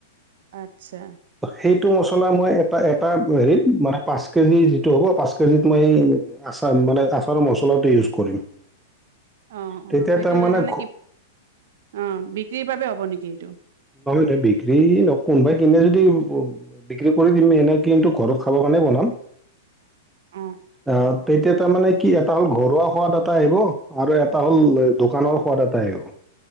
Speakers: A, on the right; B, in the centre.
A: আচ্ছা
B: ত সেইটো মছলা মই এটা এটা হেৰিত মানে পাঁচ কেজি যিটো হ'ব পাঁচ মই
A: উম।
B: আচাৰ মানে আচাৰৰ মছলাটো ইউজ কৰিম
A: অ অ
B: তেতিয়া
A: সেইটো
B: তাৰমানে
A: মানে
B: ঘ-
A: কি অ বিক্ৰীৰ বাবে হ'ব নেকি এইটো
B: এই বিক্ৰী ন কোনোবাই কিনে যদি বিক্ৰী কৰি দিম সেনে কিন্তু ঘৰত খাব কাৰণে বনাম
A: অ
B: আহ তেতিয়া তাৰমানে কি এটা হ'ল ঘৰুৱা সোৱাদ এটা আহিব আৰু এটা হ'ল এ, দোকানৰ সোৱাদ এটা আহিব